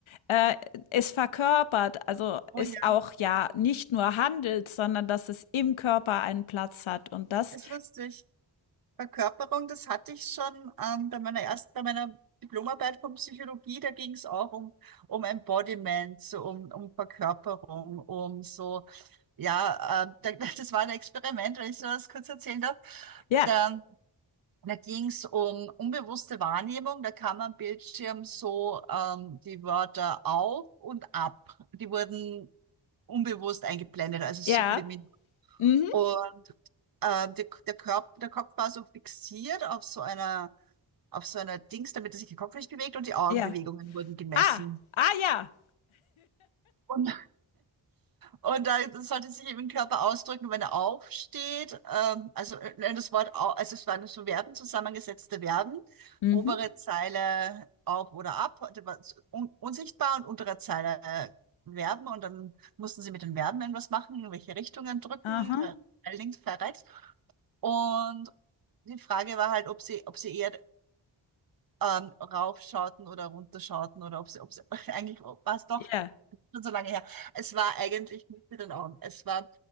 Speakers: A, on the left; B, on the right.
A: äh, es verkörpert, also
B: oh
A: ist
B: ja,
A: auch ja nicht nur handelt, sondern dass es im Körper einen Platz hat und das,
B: ist lustig. Verkörperung, das hatte ich schon ähm, bei meiner ersten, bei meiner Diplomarbeit von Psychologie, da ging es auch um, um Embodiment, so um, um Verkörperung, um so, ja, äh, da, <laughs> das war ein Experiment, wenn ich so was kurz erzählen darf.
A: ja,
B: Da Da ging es um unbewusste Wahrnehmung. Da kam am Bildschirm so ähm, die Wörter auf und ab. Die wurden unbewusst eingeblendet, also sublimiert.
A: ja, mhm,
B: Und äh, der, der Körper, der Kopf war so fixiert auf so einer, auf so einer Dings, damit er sich der Kopf nicht bewegt und die Augenbewegungen
A: ja,
B: wurden gemessen.
A: ah, ah, ja,
B: Und Und da sollte sich eben im Körper ausdrücken, wenn er aufsteht. Ähm, also äh, das Wort, au- also es waren so Verben, zusammengesetzte Verben.
A: mhm,
B: Obere Zeile auf oder ab, das war so un unsichtbar und untere Zeile äh, Verben. Und dann mussten sie mit den Verben irgendwas machen, in welche Richtungen drücken,
A: aha,
B: re- links, frei, rechts. Und die Frage war halt, ob sie, ob sie eher ähm, raufschauten oder runterschauten oder ob sie, ob sie <laughs> eigentlich war es doch
A: ja,
B: schon so lange her. Es war eigentlich nicht mit den Augen. Es war,